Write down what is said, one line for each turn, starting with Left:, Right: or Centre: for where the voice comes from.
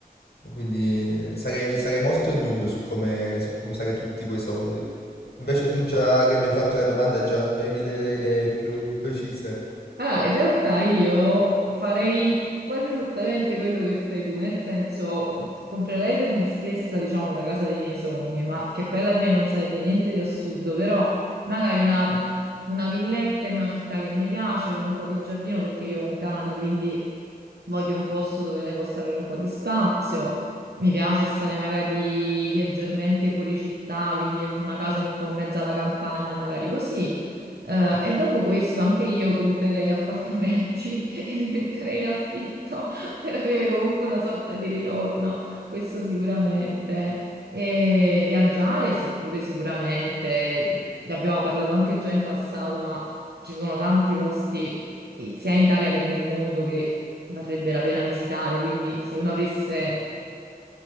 Left: quindi eh, sarei, sarei molto in dubbio su come, su come usare tutti quei soldi. Invece tu già che mi hai fatto la domanda già avevi delle idee più precise,
Right: Allora, in realtà io farei quasi esattamente quello che fai tu, nel senso mh, comprerei per me stessa, diciamo, la casa dei miei sogni, ma che poi alla fine non sarebbe niente di assurdo, però magari una, una villetta in una città che mi piace, con un po' di giardino, perché io ho un cane, quindi voglio un posto dove lei possa avere un po' di spazio. Mi piace stare magari leggermente fuori città, quindi una casa un po' in mezzo alla campagna, magari così. Eh, e dopo questo anche io comprerei appartamenti <laughs> e li metterei in affitto <laughs> per avere comunque una sorta di ritorno, questo sicuramente. E viaggiare sì, pure sicuramente, ne abbiamo parlato anche già in passato, ma ci sono tanti posti eh, sia in Italia che nel mondo che varrebbe la pena visitare, quindi se uno avesse